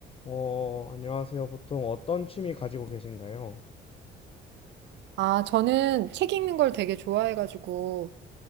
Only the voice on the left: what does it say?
어, 안녕하세요. 보통 어떤 취미 가지고 계신가요?